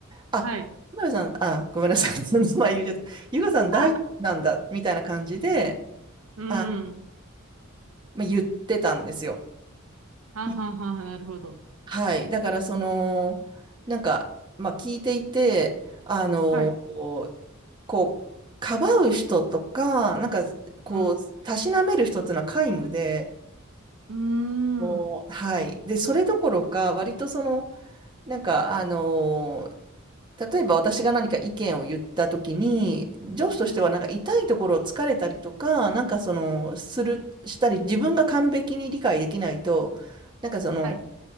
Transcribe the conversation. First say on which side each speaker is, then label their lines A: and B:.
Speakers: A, on the right (about 20°); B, on the right (about 75°).
A: あ、
B: はい。
A: 田辺さん、あ、ごめんなさい。<laughs> その名前言っちゃった。ゆかさん大丈夫なんだ、
B: あ、
A: みたいな感じで、
B: うん。
A: あ、まあ、言ってたんですよ。
B: ははは、
A: うん
B: なるほど。
A: はい。だから、その、なんか、まあ、聞いていて、あの、
B: はい。
A: こう、かばう人とか、なんか、こう、
B: うん。
A: たしなめる人っていうのは皆無で、
B: うーん。
A: もう、
B: うん
A: はい。で、それどころか、割とその、なんか、あの例えば私が何か意見を言った時に、上司としてはなんか痛いところを突かれたりとか、
B: はいはいうんうんうん
A: なんかその、する、したり、自分が完璧に理解できないと、なんかその、
B: はいうんうんうんはいうんうんはいうんうんうんうんはいあうんはは